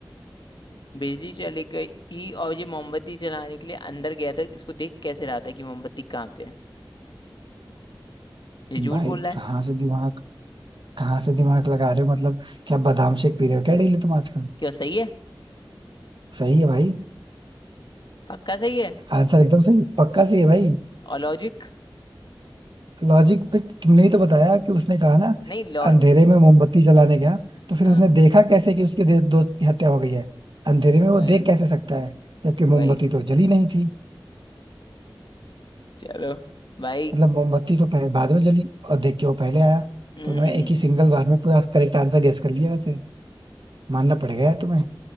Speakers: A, on the left; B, on the right.
A: बिजली चली गई थी और ये मोमबत्ती जलाने के लिए अंदर गया था इसको देख कैसे रहा था कि मोमबत्ती कहाँ पे है ये झूठ
B: भाई
A: बोल रहा है
B: कहाँ से दिमाग कहाँ से दिमाग लगा रहे हो मतलब क्या बादाम शेक पी रहे हो क्या डेली तुम आजकल
A: क्या सही है
B: सही है भाई
A: पक्का सही है
B: आंसर एकदम सही पक्का सही है भाई
A: और लॉजिक
B: लॉजिक पे तुमने ही तो बताया कि उसने कहा ना
A: नहीं लॉ
B: अंधेरे में मोमबत्ती जलाने गया तो फिर
A: हाँ,
B: उसने देखा कैसे कि उसके दे- दोस्त की हत्या हो गई है अंधेरे में वो
A: भाई
B: देख कैसे सकता है जबकि
A: भाई
B: मोमबत्ती तो जली नहीं थी
A: चलो भाई
B: मतलब मोमबत्ती तो पहले बाद में जली और देख के वो पहले आया
A: हम्म
B: तो उन्होंने एक ही सिंगल बार में पूरा करेक्ट आंसर गेस कर लिया वैसे मानना पड़ेगा यार तुम्हें